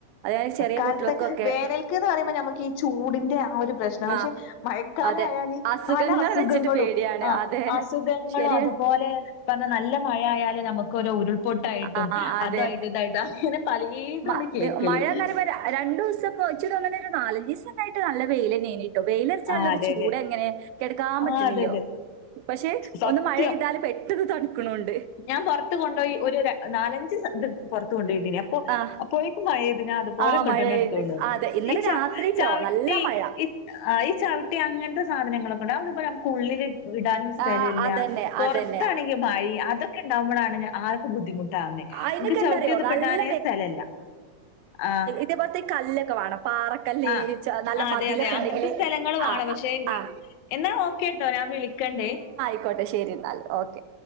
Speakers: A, on the right (about 85°); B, on the left (about 70°).
A: അതായത് ചെറിയ
B: കാൽത്ത്
A: കുട്ടികൾക്കൊക്കെ
B: വേനൽക്ക്ന്ന് പറയുമ്പൊ നമക്ക് ഈ ചൂടിന്റെ ആഹ് ഒരു പ്രശ്നം പക്ഷെ
A: ആഹ്
B: മഴക്കാലായാല്
A: അതെ അസുഖങ്ങൾ
B: പല അസുഖങ്ങളും
A: വെച്ചിട്ട് പേടിയാണ്
B: ആഹ്
A: അതെ
B: അസുഖങ്ങളും
A: ശരിയാണ്
B: അതുപോലെ പർഞ്ഞാ നല്ല മഴയാല് നമുക്ക് ഒരു ഉരുൾപൊട്ടായിട്ടും
A: ആ അതെ
B: അതായിട്ടും ഇതായിട്ടും അങ്ങനെ പലേതും
A: മ
B: ആണ് കേക്കല്
A: മഴാന്ന്റയ്മ്പോ രണ്ടൂസം ച്ച്തോന്ന്ണെ നാലഞ്ചീസായിട്ട് നല്ല വെയിലന്നേനി വെയിലർച്ചാള്ളൊരു
B: ആഹ് അതെ
A: ചൂടെങ്ങനെ
B: അതെ
A: കെടക്കാൻ
B: ആഹ്
A: പറ്റ്ണില്ലാ
B: അതെ അതെ
A: പക്ഷെ
B: സത്യം
A: ഒന്ന് മഴെയ്താല് പെട്ടെന്ന് തണ്ക്ക്ണൂണ്ട്.
B: ഞാൻ പൊർത്ത് കൊണ്ടോയി ഒരു നാലഞ്ച് ഇത് പൊർത്ത് കൊണ്ടോയിട്ടീനി
A: ആഹ്
B: അപ്പോയേക്കും മഴയ്ത് ഞാൻ അതുപലെ
A: ആ
B: ഇങ്ങട്ടന്നെ
A: മഴെയ്ത്
B: എട്ത്ത് കൊണ്ടണ്ടന്ന്
A: അതെ ഇന്നലെ
B: ഈ ച
A: രാത്രിട്ടോ
B: ചവിട്ടി
A: നല്ല മഴ
B: ആഹ് ഈ ചവിട്ടി അങ്ങൻത്തെ സാധനങ്ങളൊക്കെ ഇണ്ടാവും അതൊന്നുപ്പ നമുക്ക് ഉള്ളിലിട്ട് ഇടാനും സ്ഥലല്ലാ
A: ആ അതന്നെ
B: പൊർത്താണെങ്കി
A: അതന്നെ
B: മഴിം അതൊക്കെ ഇണ്ടാകുമ്പളാണ് ആർക്കും ബുദ്ധിമുട്ടാവ്ന്നേ
A: അയിനൊക്കെ
B: ഇൻക്ക് ചവിട്ടിന്നുപ്പെടാനേ
A: എന്താറിയോ നല്ല
B: സ്ഥലല്ല ആഹ്.
A: ഇതേപോൽത്തെ കല്ലൊക്കെ വാണം പാറക്കല്ല്
B: ആഹ്
A: നല്ല
B: അതെ
A: മതിലൊക്കെ
B: അതെ അങ്ങനത്തെ
A: ഇണ്ടെങ്കില്
B: സ്ഥലങ്ങള് വേണം
A: ആഹ്
B: പക്ഷെ
A: ആഹ്
B: എന്നാ ഓക്കേട്ടോ ഞാൻ വിളിക്കണ്ട്
A: ക്കോട്ടെ ശെരിന്നാല് ഓക്കെ